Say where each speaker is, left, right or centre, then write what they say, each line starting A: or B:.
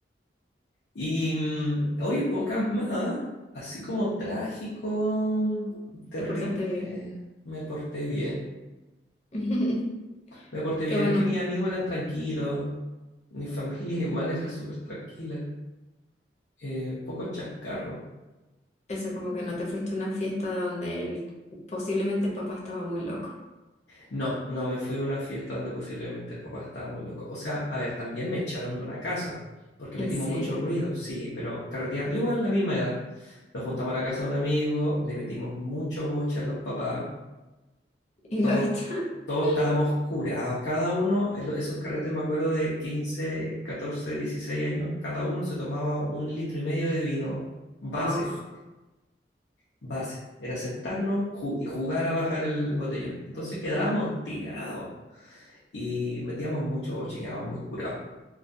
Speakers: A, on the left (about 80°); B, on the left (about 40°).
A: Y mm, oye, pocas más, así como trágico, terrible,
B: Te portaste bien.
A: me porté bien.
B: <laughs>
A: Me porté bien,
B: Qué bueno.
A: es que mis amigos eran tranquilos, mi familia <laughs> igual era súper tranquila, eh, poco chascarro.
B: Eso como que no te fuiste a una fiesta donde el- posiblemente el papá estaba muy loco.
A: No, no me fui a una fiesta donde posiblemente el papá estaba muy loco. O sea, a ver, también me echaron de una casa, porque
B: En
A: metimos
B: serio.
A: mucho ruido,
B: <laughs>
A: sí, pero carreteando igual la misma edad. Nos juntamos a la casa de un amigo, le metimos mucho boche a los papás,
B: Y
A: todos,
B: lo echan.
A: todos
B: <laughs>
A: estábamos curados, cada uno, eh, lo- esos carretes me acuerdo de 15, 14, 16 años, cada uno se tomaba un litro y medio de vino base,
B: Oh,
A: base. Era sentarnos ju- y jugar a bajar el botellón. Entonces quedábamos
B: no.
A: tirados y metíamos mucho, chequeábamos muy curados.